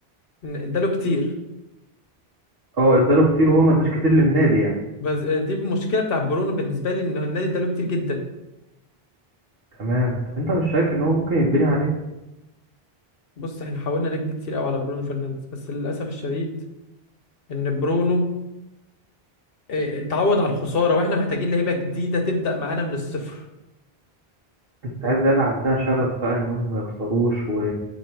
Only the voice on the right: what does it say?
اه اداله كتير وهو ما اداش كتير للنادي يعني
تمام طب انت مش شايف ان هو ممكن يتبني عليه
انت
عايز لعيبه عندها شغف بقى ان هم ما يخسروش و...